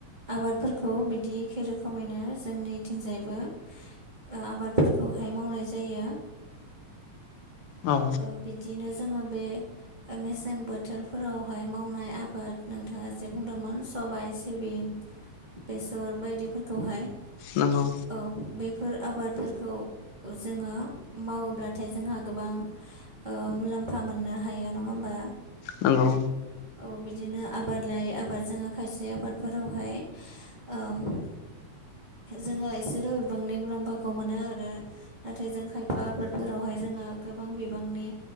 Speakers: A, on the right (about 55°); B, on the left (about 85°).
A: आबादफोरखौ बिदि एखे रोखोमैनो जोंनिथिंजायबो ओ आबादफोरखौहाय मावनाय जायो।
B: औ
A: ओ बिदिनो जोङो बे ओ मेसें बो‌ थोरफोरावहाय मावनाय आबाद नोंथाङा जे बुंदोंमोन सबायाइ सिबिं बेसर बायदिफोरखौहाय
B: नंगौ
A: औ बेफोर आबादफोरखौ जोङो मावोब्लाथाय जोंहा गोबां ओ मुलाम्फा मोननो हायो नङा होमबा।
B: नोंगौ।
A: औ बिदिनो आबाद लायै आबाद जोङो खायसे आबादफोरावहाय ओम जोङो एसेल' बिबांनि मुलाम्फाखौ मोनो आरो नाथाय जों खायफा आबादफोरावहाय जोंहा गोबां बिबांनि